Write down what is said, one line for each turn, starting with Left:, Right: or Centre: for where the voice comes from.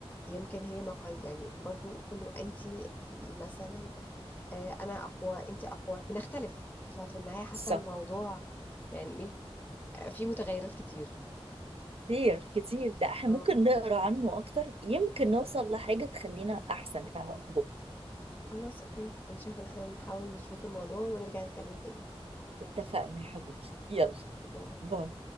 Left: يمكن هي مقاي يعني برضو كله انت مثلا آه، انا اقوى انت اقوى بنختلف ففي النهاية حاسة
Right: صح
Left: الموضوع يعني ايه آه، في متغيرات كتير
Right: كتير كتير ده احنا
Left: اه
Right: ممكن نقرا عنه اكتر يمكن نوصل لحاجة تخلينا احسن فعلا
Left: خلاص اوكي انا شايفة ان احنا نحاول نشوف الموضوع ونرجع نتكلم تاني
Right: اتفقنا يا حبيبي يلا
Left: باي
Right: باي